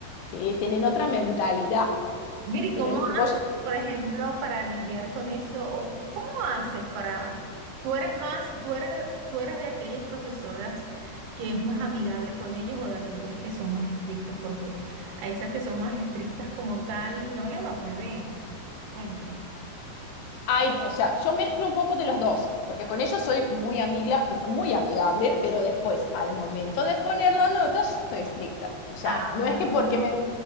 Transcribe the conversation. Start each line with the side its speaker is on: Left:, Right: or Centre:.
Left: ¿sí? Tienen otra mentalidad.
Right: Mire, ¿y
Left: Tienen,
Right: ¿cómo,
Left: vos
Right: por ejemplo, para lidiar con eso? ¿O cómo haces para, tú eres más, tú eres, tú eres de aquellas profesoras que es más amigable con ellos o de aquellas que son más estrictas? Porque a esas que son más estrictas como tal no les va muy bien. Cuéntame.
Left: Ay, o sea, yo mezclo un poco de los dos, porque con ellos soy muy amigla, muy amigable, pero después, al momento de poner la nota, soy estricta. O sea,
Right: Ah,
Left: no es que porque me